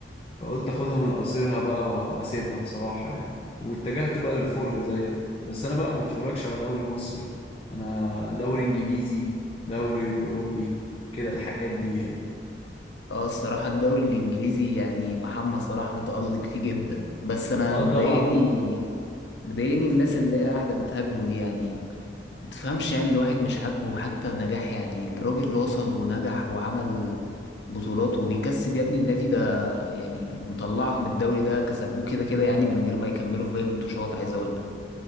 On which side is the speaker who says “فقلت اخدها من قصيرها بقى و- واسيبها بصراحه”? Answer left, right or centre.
Left